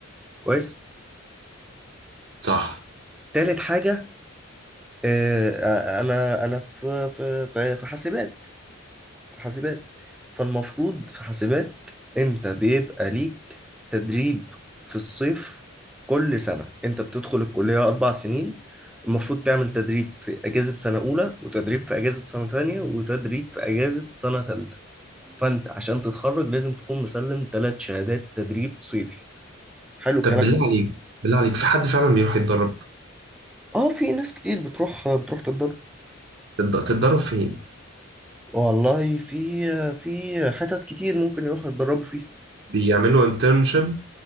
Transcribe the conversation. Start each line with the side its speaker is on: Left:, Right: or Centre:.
Centre: كويس
Right: صح
Centre: تالت حاجة آه، آه، أنا أنا في في في في حاسبات في حاسبات فالمفروض في حاسبات أنت بيبقى ليك تدريب في الصيف كل سنة أنت بتدخل الكلية أربع سنين المفروض تعمل تدريب في أجازة سنة أولى وتدريب في أجازة سنة تانية وتدريب في أجازة سنة تالتة فأنت عشان تتخرج لازم تكون مسلم تلات شهادات تدريب صيفي حلو الكلام
Right: طب بالله عليك بالله عليك في حد فعلا بيروح يتدرب
Centre: اه في ناس كتير بتروح بتروح تتدرب
Right: تد- تتدرب فين؟
Centre: والله في في حتت كتير ممكن يروحوا يتدربوا فيها
Right: بيعملوا انترنشيب